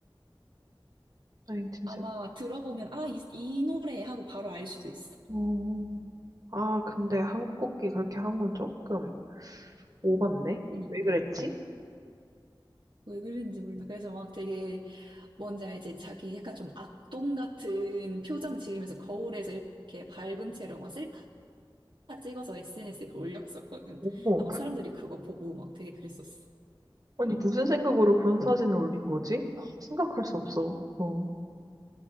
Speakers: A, on the right; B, on the right.
A: 1인틴0
B: 아마 들어보면 아, 이, 이 노래 하고 바로 알 수도 있어.
A: 어, 아, 근데 한국 국기 그렇게 한 건 조금 오반데?
B: 괜히.
A: 왜 그랬지?
B: 왜 그랬는지 몰라. 그래서 막 되게 뭔지 알지? 자기 약간 좀 악동 같은 표정 지으면서 거울에서 이렇게 밟은 채로 막 셀카 찍어서 SNS에 그걸 올렸었거든.
A: 어머,
B: 아마
A: 그,
B: 사람들이 그거 보고 막 되게 그랬었어.
A: 아니, 무슨 생각으로 그런 사진을 올린 거지? 아, 생각할 수 없어. 어.